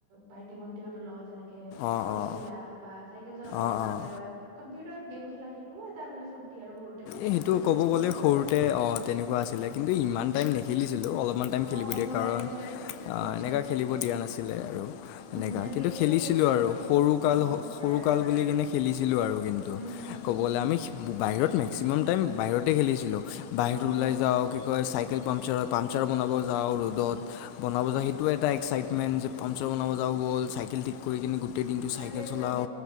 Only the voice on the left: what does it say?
অঁ
অঁ
অঁ
অঁ
এই
সেইটো ক'ব
গ'লে
সৰুতে
অঁ তেনেকুৱা আছ ছিলে কিন্তু, ইমান টাইম নেখেলিছিলোঁ, অলপমান টাইম
খেলিব দিয়ে,
কাৰণ
এনেকুৱা খেলিব দিয়া নাছিলে আৰু।
এনেকা,
কিন্তু
খেলিছিলোঁ
আৰু, সৰুকাল,
সৰুকাল
বুলি কিনে খেলিছিলোঁ আৰু কিন্তু।
ক'বলে
আমি বাহিৰত মেক্সিমাম টাইম বাহিৰতে খেলিছিলোঁ, বাহিৰত
ওলাই
যাওঁ কি কয় চাইকেল পামচাৰত পামচাৰ বনাব যাওঁ ৰ'দত, বনাব
যাওঁ, সেইটো এটা এক্সাইটমেণ্ট যে পামচাৰ বনাবা যাওঁ ব'ল, চাইকেল ঠিক কৰি কিনে গোটেই দিনটো
চাইকেল চলাওঁ,